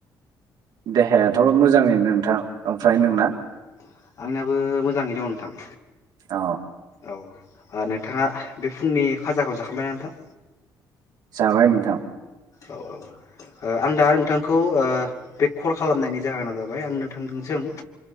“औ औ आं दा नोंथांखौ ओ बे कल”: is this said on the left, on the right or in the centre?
Left